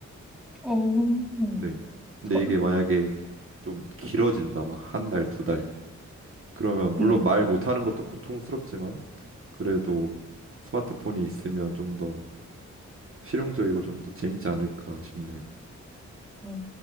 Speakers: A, in the centre; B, on the right.
A: 어, 음,
B: 네. 근데
A: 저,
B: 이게 만약에 좀 길어진다, 막 한 달, 두 달. 그러면
A: 네.
B: 물론 말 못하는 것도 고통스럽지만 그래도 스마트폰이 있으면 좀 더 실용적이고 좀 더 재밌지 않을까 싶네요.
A: 어,